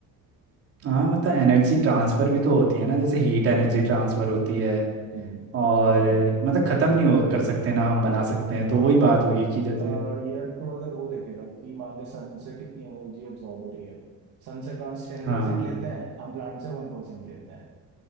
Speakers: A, on the right; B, on the right.
A: हाँ मतलब एनर्जी ट्रांसफ़र भी तो होती है ना जैसे हीट एनर्जी ट्रांसफ़र होती है
B: हम्म।
A: और मतलब ख़त्म नहीं हो कर सकते ना हम बना सकते हैं तो
B: हाँ
A: वही
B: पर
A: बात होगी कि जैसे
B: अ, यार तो अगर वो देखेगा कि मान ले सन से कितनी एनर्जी एब्जॉर्ब हो रही है सन से प्लांट्स टेन
A: हाँ
B: परसेंट लेते हैं हम प्लांट से वन परसेंट लेते हैं